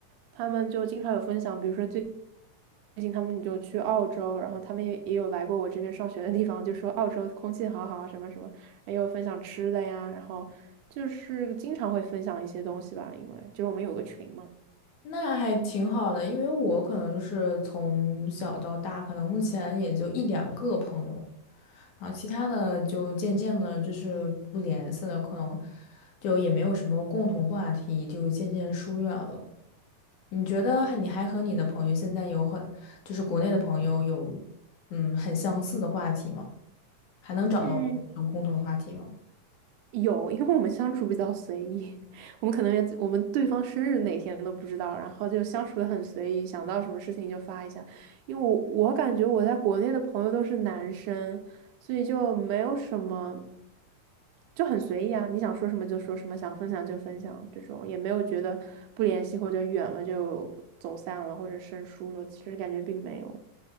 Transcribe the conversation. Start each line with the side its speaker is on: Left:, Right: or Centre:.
Right: 他们就经常有分享，比如说最最近他们就去澳洲，然后他们也也有来过我这边上学的地方，就说澳洲空气好好啊，什么什么，也有分享吃的呀，然后就是经常会分享一些东西吧，因为就是我们有个群嘛。
Left: 那还挺好的，因为我可能就是从小到大，可能目前也就一两个朋友，然后其他的就渐渐的就是不联系了，可能就也没有什么共同话题，就渐渐疏远了。你觉得还你还和你的朋友现在有很，就是国内的朋友有，嗯，很相似的话题吗？还能找到我们共同的话题吗？
Right: 嗯。有，因为我们相处比较随意，<laughs> 我们可能连我们对方生日哪天都不知道，然后就相处的很随意，想到什么事情就发一下。因为我我感觉我在国内的朋友都是男生，所以就没有什么，就很随意啊，你想说什么就说什么，想分享就分享，这种也没有觉得不联系或者远了就走散了或者生疏了，其实感觉并没有。